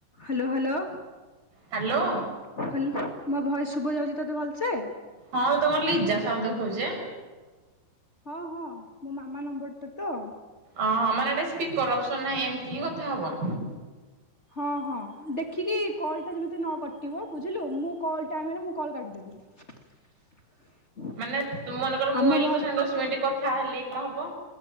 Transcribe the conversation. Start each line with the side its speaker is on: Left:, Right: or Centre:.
Left: Hello hello
Right: hello
Left: hello ମୋ voice ଶୁଭ ଯାଉଛି ତୋତେ ଭଲସେ?
Right: ହଁ ତମର ଲିଜା ସବୁ ଦେଖଉଛେ।
Left: ହଁ ହଁ ମୋ ମାମା ନମ୍ବରଟେ ତ
Right: ଓହଁ ମାନେ ଏଇଟା ସ୍ପିକର ଅପସନ ନାହିଁ ଏମିତି ହିଁ କଥା ହବ।
Left: ହଁ ହଁ ଦେଖିକି କଲ୍ଟା ଯେମିତି ନ କଟିବ ବୁଝିଲୁ ମୁଁ କଲ୍ ଟାଇମରେ ମୁଁ କଲ୍ କାଟିଦେବି। <inaudible>
Right: ମାନେ ତୁମେ ମନେକର ମୁଁ
Left: ଆମ
Right: ହେଲି
Left: ଭ
Right: ତ ସାଙ୍ଗେ ଦଶ ମିନିଟ କଥା ହେଲି କଣ ହବ